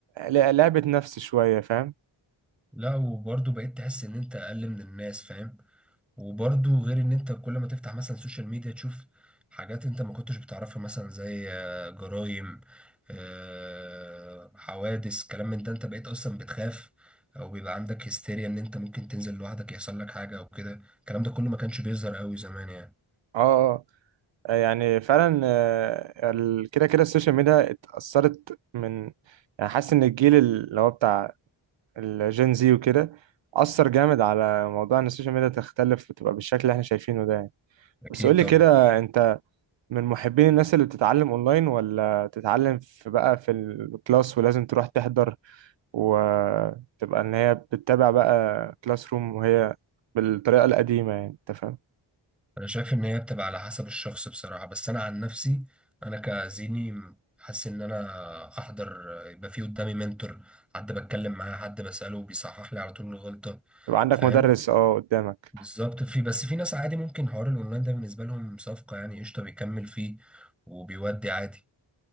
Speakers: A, on the right; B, in the centre.
A: ل- لعبة نفس شوية فاهم
B: لا وبرضه بقيت تحس ان انت اقل من الناس فاهم وبرضه غير ان انت كل ما تفتح مثلا سوشيال ميديا تشوف حاجات انت ما كنتش بتعرفها مثلا زي آه، جرائم آه، حوادث كلام من ده انت بقيت اصلا بتخاف او بيبقى عندك هستيريا ان انت ممكن تنزل لوحدك يحصل لك حاجة او كده الكلام ده كله ما كانش بيظهر قوي زمان يعني
A: اه آه، آه، يعني فعلا آه، ال- كده كده السوشيال ميديا اتأثرت من يعني حاسس ان الجيل اللي هو بتاع الجين زي وكده أثر جامد على موضوع إن السوشيال ميديا تختلف وتبقى بالشكل اللي إحنا شايفينه ده يعني
B: اكيد
A: بس قولي
B: طبعا
A: كده أنت من محبين الناس اللي بتتعلم أونلاين ولا تتعلم في بقى في الكلاس ولازم تروح تحضر وتبقى إن هي بتتابع بقى كلاس روم وهي بالطريقة القديمة يعني أنت فاهم؟
B: انا شايف ان هي بتبقى على حسب الشخص بصراحة بس انا عن نفسي انا كزيني حاسس ان انا احضر يبقى في قدامي منتور حد بتكلم معاه حد بسأله بيصحح لي على طول الغلطة
A: يبقى عندك
B: فاهم
A: مدرس أه قدامك
B: بالظبط في بس في ناس عادي ممكن حوار الاونلاين ده بالنسبة لهم صفقة يعني قشطة بيكمل فيه وبيودي عادي